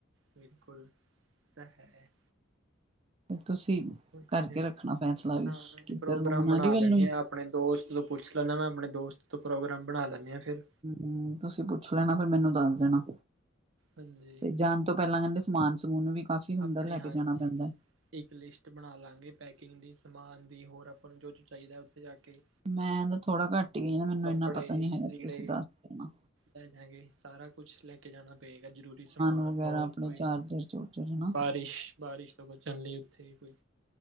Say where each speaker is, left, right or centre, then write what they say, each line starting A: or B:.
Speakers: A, on the right (about 75°); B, on the right (about 30°).
A: ਬਿਲਕੁੱਲ ਤਾਂ ਹੈ।
B: ਤੁਸੀਂ
A: ਓਕੇ
B: ਕਰਕੇ ਰੱਖਣਾ ਫੈਸਲਾ ਵੀ
A: ਹਾਂਜੀ
B: ਕਿੱਧਰ
A: ਪ੍ਰੋਗਰਾਮ
B: ਨੂੰ ਮਨਾਲੀ
A: ਬਣਾ
B: ਵੱਲ
A: ਲੈਂਨੇ
B: ਨੂੰ ਹੀ
A: ਆ ਆਪਣੇ ਦੋਸਤ ਤੋਂ ਪੁੱਛ ਲੈਂਨਾ ਮੈਂ ਆਪਣੇ ਦੋਸਤ ਤੋਂ ਪ੍ਰੋਗਰਾਮ ਬਣਾ ਲੈਂਨੇ ਆ ਫਿਰ।
B: ਹੂੰ ਤੁਸੀਂ ਪੁੱਛ ਲੈਣਾ ਫੇਰ ਮੈਨੂੰ ਦੱਸ ਦੇਣਾ।
A: ਹਾਂਜੀ
B: ਤੇ ਜਾਣ ਤੋਂ ਪੈਲਾਂ ਕੈਂਦੇ ਸਮਾਨ ਸਮੂਨ ਵੀ ਕਾਫ਼ੀ ਹੁੰਦਾ
A: ਆਪਣੀ
B: ਲੈ
A: ਹਾਂਜੀ।
B: ਕੇ ਜਾਣਾ ਪੈਂਦਾ ਐ।
A: ਇੱਕ ਲਿਸਟ ਬਣਾਲਾਂਗੇ ਪੈਕਿੰਗ ਦੀ, ਸਮਾਨ ਦੀ ਹੋਰ ਆਪਾਂ ਨੂੰ ਜੋ-ਜੋ ਚਾਈਦਾ ਐ ਉੱਥੇ ਜਾ ਕੇ
B: ਮੈਂ ਤਾਂ ਥੋੜਾ ਘੱਟ ਈ ਗਈ ਆ ਮੈਨੂੰ
A: ਕੱਪੜੇ
B: ਇੰਨਾ ਪਤਾ ਨੀ ਹੈਗਾ
A: ਲੀੜੇ
B: ਤੁਸੀਂ ਦੱਸ ਦੇਣਾ।
A: ਲੈ ਜਾਗੇ ਸਾਰਾ ਕੁਛ ਲੈ ਕੇ ਜਾ ਪੇਗਾ ਜ਼ਰੂਰੀ ਸਮਾਨ
B: ਵਗੈਰਾ
A: ਹੋਰ
B: ਆਪਣੇ
A: ਕੋਈ,
B: ਚਾਰਜਰ ਚੂਰਜਰ ਹਨਾ
A: ਬਾਰਿਸ਼ ਬਾਰਿਸ਼ ਤੋਂ ਬਚਣ ਲਈ ਉੱਥੇ ਕੋਈ,